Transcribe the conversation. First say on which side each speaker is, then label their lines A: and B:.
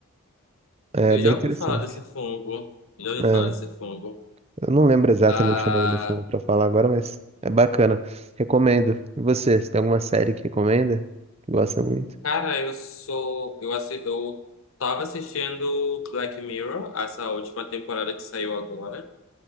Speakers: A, on the right; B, on the left.
A: É
B: Eu
A: bem
B: já
A: interessante.
B: ouvi falar desse fungo. Já ouvi
A: É.
B: falar desse fungo.
A: Eu não lembro exatamente
B: Ah,
A: o nome do fungo pra falar agora, mas é bacana. Recomendo. E você, você tem alguma série que recomenda? Que gosta muito?
B: cara, eu sou. Eu, assi... eu tava assistindo Black Mirror, essa última temporada que saiu agora.